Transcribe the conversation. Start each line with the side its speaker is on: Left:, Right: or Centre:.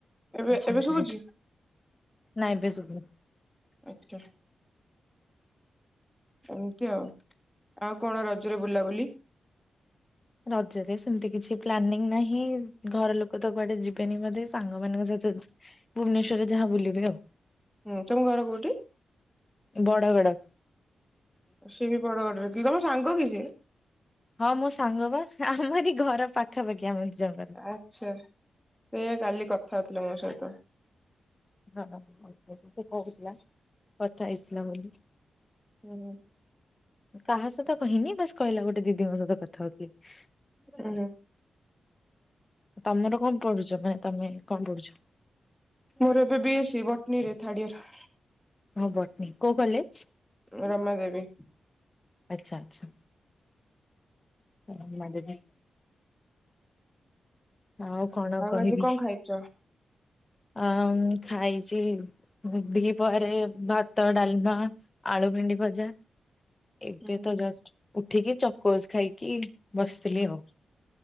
Centre: ଏବେ
Left: ଆଛା
Centre: ଏବେ ଶୁଭୁଛି
Left: ଅ ନାଇଁ ଏବେ ସୁଵିଲା।
Centre: ଆଚ୍ଛା। ଏମିତି ଆଉ ଆଉ କଣ ରଜରେ ବୁଲାବୁଲି
Left: ରଜରେ ସେମିତି କିଛି ପ୍ଲାନିଂ ନାହିଁ ଘର ଲୋକ ତ କୁଆଡେ ଯିବେନି ବୋଧେ ସାଙ୍ଗମାନଙ୍କ ସହିତ ଭୁବନେଶ୍ୱରରେ ଯାହାବୁଲିବେ ଆଉ।
Centre: ହୁଁ ତମ ଘର କୋଉଠି?
Left: ବଡ଼ ଵଡ଼
Centre: ସିଏ ବି ବଡ ବଡରେ ଥିଲେ ତମ ସାଙ୍ଗ କି ସେଏ?
Left: ହଁ ମୋ ସାଙ୍ଗ ବା ଆମରି ଘର ପାଖାପାଖି ଆମର ଜଙ୍ଗ
Centre: ଆଚ୍ଛା ସେଇଆ କାଲି କଥା ହଉଥିଲେ ମୋ ସହିତ
Left: ହଁଛାଛା ସେ କହୁଥିଲା କଥା ହେଇଥିଲା ବୋଲି।
Centre: ହୁଁ।
Left: କାହା ସହିତ କହିନି ବାସ କହିଲା ଗୋଟେ ଦିଦିଙ୍କ ସହିତ କଥା ହୋଉଥିଲି।
Centre: ହୁଁ।
Left: ତମର କଣ ପଢୁଛ ମାନେ ତମେ କଣ ପଢୁଛ?
Centre: ମୋର ଏବେ ବି ଏ ସି ବଟନୀ ରେ ଥାର୍ଡଇୟର
Left: ହଁ ବଟନୀ କୋଉ କଲେଜ?
Centre: ରମା ଦେବୀ।
Left: ଆଚ୍ଛା ଆଚ୍ଛା। ରମା ଦେଵୀ। ଆଉ କଣ କହିବି
Centre: ଆଜି କଣ ଖାଇଛ?
Left: ଆ ଖାଇଛି ଦିପହରେ ଭାତ ଡାଲମା ଆଳୁ ଭେଣ୍ଡି ଭଜା। ଏବେ
Centre: ହୁଁ
Left: ତ ଜଷ୍ଟ ଉଠିକି ଚକୋସ୍ ଖାଇକି ବସିଥିଲି ଆଉ।